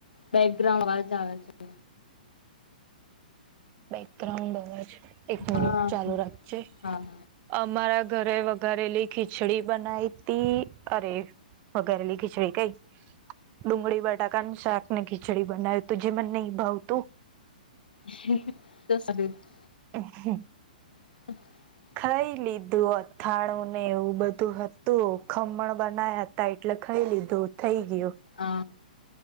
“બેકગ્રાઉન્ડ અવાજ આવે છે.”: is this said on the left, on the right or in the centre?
Left